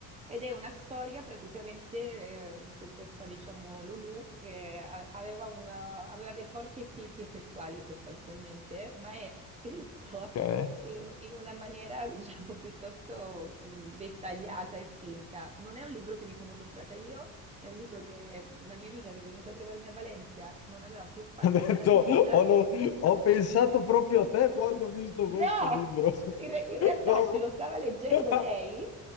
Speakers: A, on the right (about 15°); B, on the left (about 40°).
A: ed è una storia praticamente eh, su questa, diciamo, Lulu che a- aveva, una- aveva dei forti istinti sessuali sostanzialmente, ma è scritto
B: ok. <laughs>
A: in, in una maniera, <laughs> diciamo, piuttosto mm, dettagliata e spinta. Non è un libro che mi sono comprata io, è un libro che una mia amica che è venuta a trovarmi a Valencia non aveva più spazio
B: Ho detto,
A: nella valigia
B: ho, lo- ho pensato proprio a te quando ho visto questo
A: No,
B: libro. <laughs>
A: in re- in realtà
B: No.
A: se lo stava leggendo
B: <laughs>
A: lei